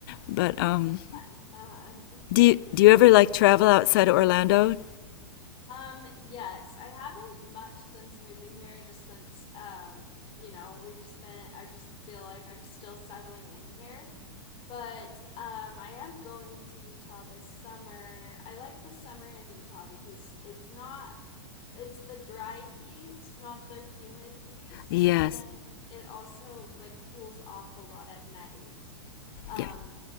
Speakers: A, on the left; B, on the left.
A: But um,
B: then. Uh-huh.
A: do you do you ever like travel outside of Orlando?
B: Um, yes, I haven't much since moving here, just since um, you know, we've just been I just feel like I'm still settling in here. But um, I am going to Utah this summer. I like the summer in Utah because it's not, it's the dry heat, not the humid heat.
A: Yes.
B: And then it also like cools off a lot at night, um,
A: Yeah.